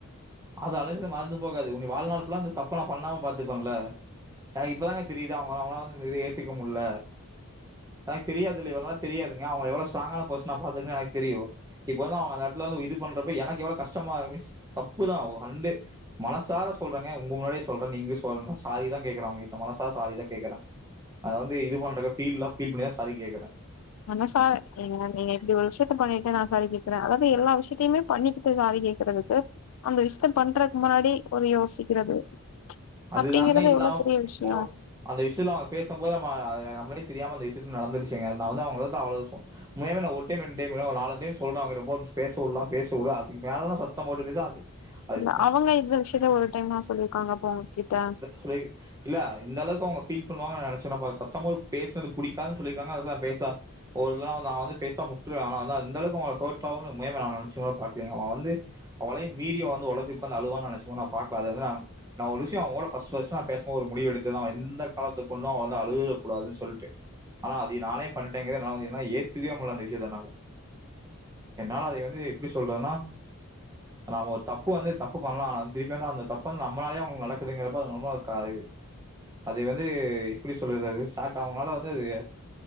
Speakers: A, on the right (about 15°); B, on the left (about 80°).
A: அது அழுதது மறந்து போகாது உன்ன வாழ்நாள் ஃபுல்லா இந்த தப்ப நா பண்ணாம பாத்துப்பேல எனக்கு இப்பதாங்க தெரியுது அவங்க அவுங்க வந்து இத ஏத்துக்க முல்ல எனக்கு தெரியாதுல்ல இவ்ளோ நாள் தெரியாதுங்க அவங்க எவளோ ஸ்ட்ராங்கான பர்சனா பாத்துருக்கேன்னு எனக்கு தெரியு இப்ப வந்து அவங்க அந்த எடத்துல வந்து இது பண்றப்ப எனக்கு எவ்ளோ கஷ்டமா மீன்ஸ் தப்பு தா ஹண்டு மனசார சொல்றங்க உங்க முன்னாடியே சொல்ற நீங்களு சொன்னா சாரி தா கேக்கற உங்க கிட்ட மனசார சாரிதா கேக்கற அத வந்து இது பண்ற ஃபீல்ல ஃபீல் பண்ணிதா சாரி கேக்கற
B: மனசார நீங் நீங்க இப்டி ஒரு விஷயத் த பண்ணிட்டு நா சாரி கேட்கற அதாவது எல்லா விஷயத்துமே பண்ணிக்கிட்டு சாரி கேக்குறதுக்கு அந்த விஷயத்த பண்றதுக்கு முன்னாடி ஒரு யோசிக்கிறது
A: அதுதாங்க
B: அப்படிங்கறது
A: இல்லாம
B: எவ்ளோ பெரிய
A: போயிடுச்சு.
B: விஷயு
A: போ அந்த விஷயத்துல அவுங்க பேசும்போது நம்ம நம்ளுக்கே தெரியாம அந்த விஷயத்து நடந்துருடுச்சுங்க நா வந்து அவுங்க அவ் அவ்ளோ சொ உண்மையாவே நா ஒரு டைம் ரெண்டு டைம் ஒரு நாலு டைம் சொல்ற அவுங்கிட்ட போன் பேச உட்லா பேச உடு அதுக்கு மேலா தா சத்தம் போட்டு பேச அது அது
B: இல்ல அவுங்க இந்த விஷயத்த ஒரு டைம்மா சொல்லியிருக்காங்கப்ப உங்க கிட்ட
A: சொல்லிருக் இல்ல இந்த அளவுக்கு அவுங்க ஃபீல் பண்ணுவாங்க நா நெனச்சு கூட பாக்ல சத்தம் போட் பேசனது புடிக்காதுன்னு சொல்லிருக்காங்க அதெல்லா பேசா ஒரு இதா நா வந்து பேசாம உட்ருவே ஆனா வந்து அந்த அளவுக்கு அவங்களுக்கு ஹர்ட் ஆகுனு உண்மையாவே நா நனச்சு கூட பாக்ளீங்க அவ வந்து அவங்களை மீரி வந்து உடஞ்ச உக்கந்து அழுவான் நா நனச்சுக்கூட நா பாக்ல அது வந்து நா நா ஒரு விஷயம் அவுங் கூட ஃபர்ஸ்ட் ஃபர்ஸ்ட் நா பேசும் போ நா ஒரு முடிவு எடுத்துதா எந்த காலத்துக் கொண்டு அவ வந்து அழுகக்கூடாதுன்னு சொல்ட்டு ஆனா அது நானே பண்ணிட்டேங்கிறது நா வந்து என்னால ஏத்துகவே முடில அந்த விஷயத்த என்னால என்னால அதை வந்து எப்டி சொல்றதுன்னா நம்ம ஒரு தப்பு வந்து தப்பு பன்லா ஆனா அந்த திருப்பி வந்து அந்த தப்பு வந்து நம்ம நம்மாலே அவுங்க நடக்குதுங்கிறப்ப அது நமக்காது அது வந்து எப்டி சொல்லுறது அது ஸ்டார்ட் அவங்களால வந்து அது